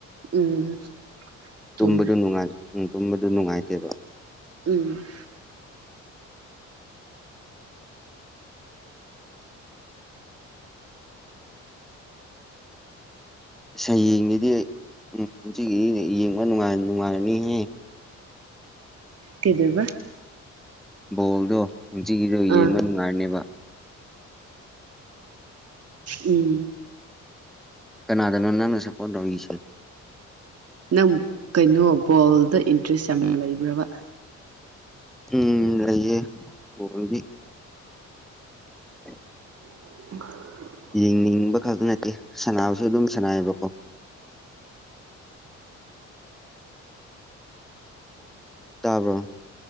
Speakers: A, on the right (about 55°); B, in the centre.
A: ꯎꯝ
B: ꯇꯨꯝꯕꯗꯨ
A: ꯆꯨꯝꯃꯦ
B: ꯅꯨꯡꯉꯥꯏ ꯎꯝ ꯇꯨꯝꯕꯗꯨ ꯅꯨꯡꯉꯥꯏꯇꯦꯕ
A: ꯎꯝ
B: ꯁꯌꯦꯡꯒꯤꯗꯤ ꯎꯝ ꯄꯨꯨꯝꯁꯤꯒꯤꯗꯤ ꯌꯦꯡꯕ ꯅꯨꯉꯥꯏ ꯅꯨꯡꯉꯥꯏꯔꯅꯤꯍꯦ
A: ꯀꯗꯣꯏꯕ
B: ꯕꯣꯜꯗꯣ ꯉꯁꯤꯒꯤꯗꯣ ꯌꯦꯡꯕ
A: ꯑꯥ
B: ꯅꯨꯡꯉꯥꯏꯔꯅꯦꯕ
A: ꯎꯝ
B: ꯀꯅꯥꯗꯅꫭ ꯅꯪꯅ ꯁꯄꯣꯠ ꯇꯧꯏꯁꯦ
A: ꯅꯪ ꯀꯩꯅꯣ ꯕꯣꯜꯗ ꯏꯟꯇꯔꯦꯁ ꯌꯥꯝ ꯂꯩꯕ꯭ꯔꯕ
B: ꯎꯝ ꯂꯩꯌꯦ ꯕꫭꯜꯗꯤ <unintelligible>
A: <unintelligible>
B: ꯌꯦꯡꯅꯤꯡꯕ ꯈꯛꯇ ꯅꯠꯇꯦ ꯁꯅꯕꯁꯨ ꯑꯗꯨꯝ ꯁꯅꯥꯏꯕꯀꯣ ꯇꯥꯕ꯭ꯔꯣ